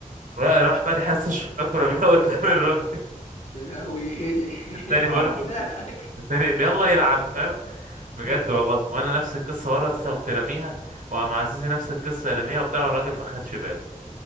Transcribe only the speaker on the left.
<laughs> يا لهوي ايه
إيه القرف
ده
ايوه